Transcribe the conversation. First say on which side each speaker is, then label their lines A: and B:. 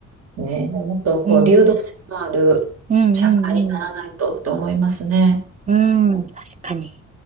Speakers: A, on the right; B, on the right.
A: ね、もっとこう、
B: うん。
A: 流動性のある社会にならないとって思いますね。
B: うんうんうん。うん、確かに。